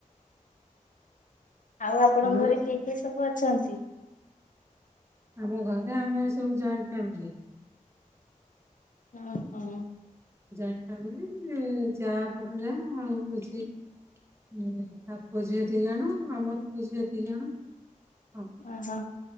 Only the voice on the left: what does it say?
ଆଉ ଆପଣଙ୍କ
ଘରେ କିଏ କିଏ ସବୁ? ସବୁ ଅଛନ୍ତି।
ଓ ହୋ।
ଓହୋ